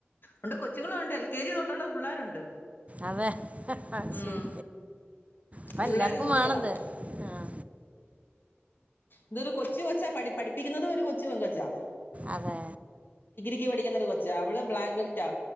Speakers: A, on the left; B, on the right.
A: ഉണ്ട് കൊച്ചുങ്ങളും ഉണ്ട് എൽ കെ ജി തൊട്ടുള്ള പിള്ളേരുണ്ട്
B: അതെ
A: ഉം
B: ശരി അപ്പ
A: പിള്ളേര്
B: എല്ലാർക്കും
A: കൂടുതലാ
B: വേണത് അ
A: ഇത് ഒരു കൊച്ച് കൊച്ചാ പട് പഠി പ്പിക്കുന്നത് ഒരു കൊച്ചു പെൺ കൊച്ചാ
B: അതെ
A: ടിക്കുന്ന ഒരു കൊച്ച അവള് ബ്ലാക്ക് ബെൽറ്റാ.